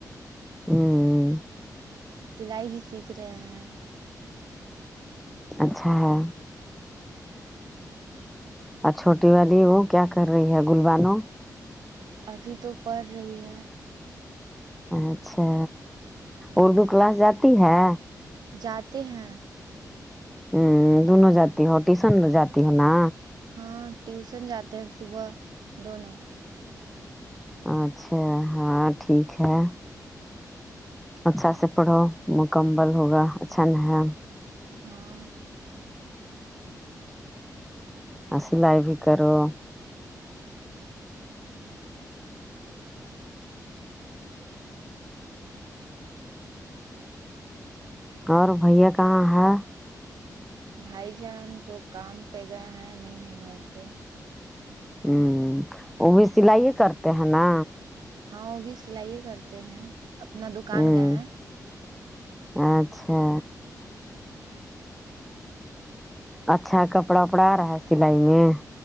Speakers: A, in the centre; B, on the right.
A: ہوں
B: سلائی بھی سیکھ رہے ہیں
A: اچھا ہے اور چھوٹی والی وہ کیا کر رہی ہے گلبانو
B: ابھی تو پڑھ رہی ہے
A: اچھا اردو کلاس جاتی ہے
B: جاتے ہیں
A: ہمم دونوں جاتی ہو ٹیشن مے جاتی ہو نا
B: ہاں ٹیوسن جاتے ہیں صبح دونوں
A: اچھا ہاں ٹھیک ہے اچھا سے پڑھو کمبل ہوگا اچھن ہے
B: ہاں
A: اور سلائی بھی کرو اور بھیا کہاں ہے
B: بھائی جان تو کام پہ گئے ہے نہیں ہے گھر پہ
A: ہوں وہ بھی سلائی کرتے ہیں نا
B: ہاں وہ بھی سلائی کرتے ہیں اپنا دکان
A: ہوں
B: گئے ہیں
A: اچھا اچھا کپڑا وپڑا آ رہا ہے سلائی میں